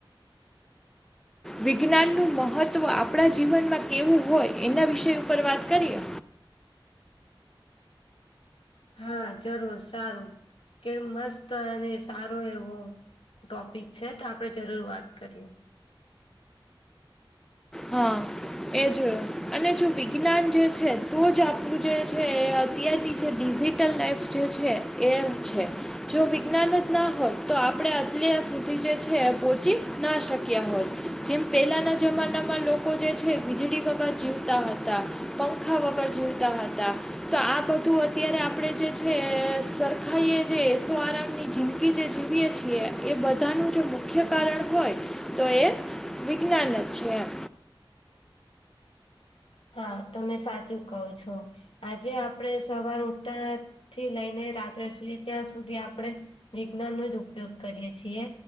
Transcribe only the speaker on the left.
હા જરૂર સારું કે મસ્ત અને સારો એવો ટોપિક છે તો આપણે જરૂર વાત કરીએ
હા તમે સાચું કહો છો આજે આપડે સવાર ઉઠતા થી લઈને રાત્રે સુઈએ ત્યાં સુધી આપણે વિજ્ઞાન નો જ ઉપયોગ કરીએ છીએ.